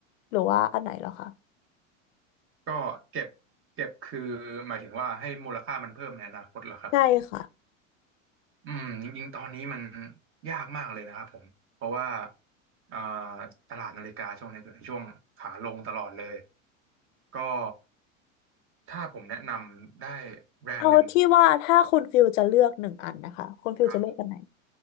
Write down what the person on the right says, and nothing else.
ก็เก็บเก็บคือหมายถึงว่าให้มูลค่ามันเพิ่มในอนาคตเหรอครับ
อืมจริงๆตอนนี้มันยากมากเลยนะครับผมเพราะว่าอ่าตลาดนาฬิกาช่วงนี้อยู่ในช่วงขาลงตลอดเลยก็ถ้าผมแนะนำได้แบรนด์หนึ่ง
ครับผม